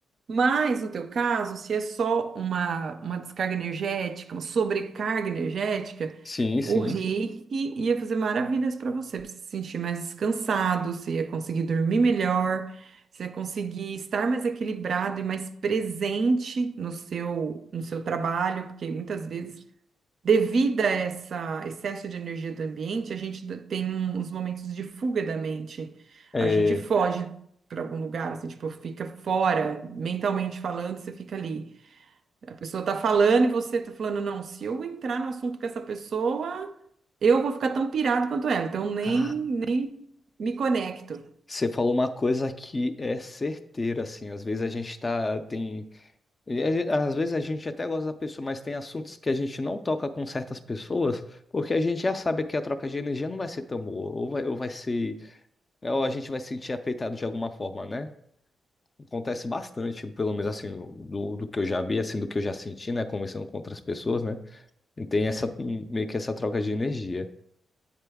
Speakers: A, on the right; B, on the left.
A: Mas no teu caso, se é só uma, uma descarga energética, uma sobrecarga energética,
B: sim,
A: o
B: sim.
A: reiki ia fazer maravilhas para você, pra você se sentir mais descansado, você ia conseguir dormir melhor, você ia conseguir estar mais equilibrado e mais presente no seu, no seu trabalho, porque muitas vezes Devido a essa excesso de energia do ambiente, a gente d- tem um- uns momentos de fuga da mente.
B: É...
A: A gente foge para algum lugar, assim, tipo, fica fora, mentalmente falando, você fica ali. A pessoa tá falando e você tá falando, não, se eu entrar no assunto com essa pessoa, eu vou ficar tão pirado quanto ela, então nem,
B: Ah,
A: nem me conecto.
B: você falou uma coisa que é certeira, assim. Às vezes a gente tá, tem E a- Às vezes a gente até gosta da pessoa, mas tem assuntos que a gente não toca com certas pessoas, porque a gente já sabe que a troca de energia não vai ser tão boa, ou vai, ou vai ser, né, ou a gente vai se sentir afetado de alguma forma, né? Acontece bastante, pelo menos assim, do, do que eu já vi, assim, do que eu já senti, né? Conversando com outras pessoas, né? E tem essa, hum, meio que essa troca de energia.